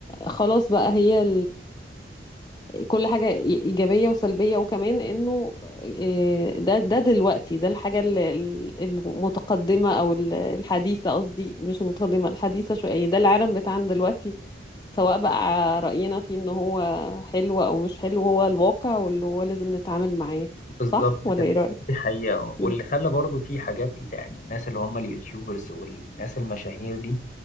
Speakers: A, on the left (about 25°); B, on the left (about 45°).
A: خلاص بقى هي كل حاجة إيجابية وسلبية وكمان إنه آه، ده ده دلوقتي ده الحاجة ال- ال- المتقدمة أو ال- الحديثة قصدي مش المتقدمة الحديثة شوية يعني ده العالم بتاعنا دلوقتي سواء بقى رأينا فيه إن هو حلو أو مش حلو هو الواقع واللي هو لازم نتعامل معاه
B: بالظبط
A: صح ولا
B: كده
A: إيه رأيك؟
B: دي حقيقة واللي
A: مم.
B: خلى برضو في حاجات يعني الناس اللي هم اليوتيوبرز والناس المشاهير دي